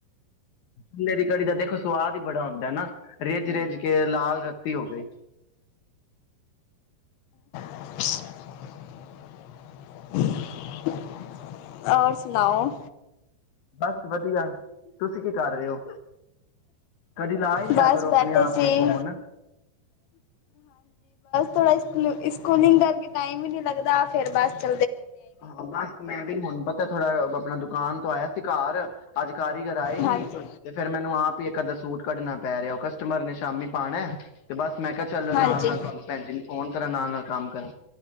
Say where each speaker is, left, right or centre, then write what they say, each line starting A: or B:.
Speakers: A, on the left; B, on the left.
A: ਚੁੱਲ੍ਹੇ ਦੀ ਕੜੀ ਦਾ ਦੇਖੋ ਸਵਾਦ ਹੀ ਬੜਾ ਹੁੰਦਾ ਨਾ ਰਿੱਝ- ਰਿੱਝ ਕੇ ਲਾਲ ਰੱਤੀ ਹੋ ਗਈ।
B: <unintelligible> <unintelligible> ਔਰ ਸੁਣਾਓ।
A: ਬਸ ਵਧੀਆ। ਤੁਸੀਂ ਕੀ ਕਰ ਰਹੇ ਔ, ਕਦੀ ਲਾਈ ਲਿਆ
B: ਬਸ
A: ਕਰੋ ਆਪਣੇ
B: ਬੈਠੇ
A: ਆਪ
B: ਸੀ
A: ਵੀ ਫੋਨ।
B: ਥੋੜ੍ਹਾ ਇ ਸਕੂਲ ਸਕੂਲਿੰਗ ਕਰਕੇ ਟਾਈਮ ਹੀ ਨੀ ਲੱਗਦਾ ਫੇਰ ਬਸ ਚ
A: ਹਾਂ, ਬਸ ਮੈਂ ਵੀ ਹੁਣ ਪਤਾ ਥੋੜਾ ਬ ਆਪਣਾ ਦੁਕਾਨ ਤੋਂ ਆਇਆ ਸੀ ਘਰ। ਅੱਜ ਕਾਰੀਗਰ ਆਏ
B: ਹਾਂਜੀ
A: ਨੀ, ਤੇ ਫੇਰ ਮੈਨੂੰ ਆਪ ਹੀ ਇਕ ਅੱਧਾ ਸੂਟ ਕੱਢਣਾ ਪੈ ਰਿਹਾ ਉਹ ਕਸ ਕਸਟਮਰ ਨੇ ਸ਼ਾਮੀ ਪਾਉਣਾ, ਤੇ ਬਸ ਮੈਂ ਕਿਹਾ ਚੱਲ
B: ਹਾਂਜੀ
A: ਨਾਲ-ਨਾਲ ਤੁਹਾਨੂੰ ਭੈਣ ਜੀ ਨੂੰ ਫੋਨ ਕਰਾਂ ਨਾਲ-ਨਾਲ ਕੰਮ ਕਰਾਂ।